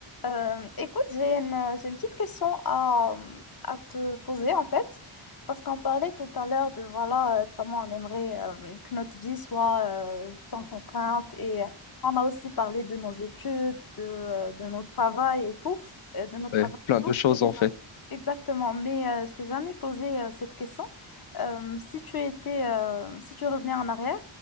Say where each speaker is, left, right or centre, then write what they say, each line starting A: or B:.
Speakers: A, on the left (about 45°); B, on the left (about 65°).
A: Euh, écoute, j'ai une, euh, j'ai une petite question à, euh, à te poser en fait, parce qu'on parlait tout à l'heure de voilà euh, comment on aimerait euh, que notre vie soit euh, sans contrainte et euh, on a aussi parlé de nos études, de, euh, de notre travail et tout, euh, de notre
B: Ouais,
A: travail
B: plein
A: et tout.
B: de choses en fait.
A: Exactement, mais euh, je t'ai jamais posé euh, cette question. Euh, si tu étais, euh, si tu revenais en arrière